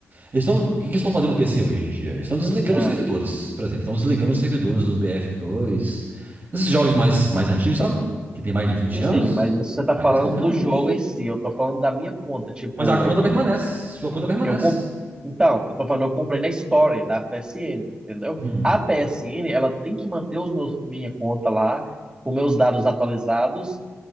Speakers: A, on the right (about 45°); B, on the right (about 20°).
A: Eles estão... O que que eles estão fazendo no PC hoje em dia? Eles estão desligando
B: Ah,
A: os servidores, por exemplo. Estão desligando os servidores dos BF2, esses jogos mais, mais antigos, sabe? Que tem mais de 20
B: sim,
A: anos.
B: sim, mas isso você tá
A: Aí
B: falando
A: eles estão realmente.
B: do jogo em si. Eu tô falando da minha conta. Tipo,
A: Mas a conta permanece. Sua conta permanece.
B: eu comp... Então, eu tô falando, eu comprei na Story da PSN, entendeu?
A: Hum.
B: A PSN, ela tem que manter os meus, minha conta lá, com meus dados atualizados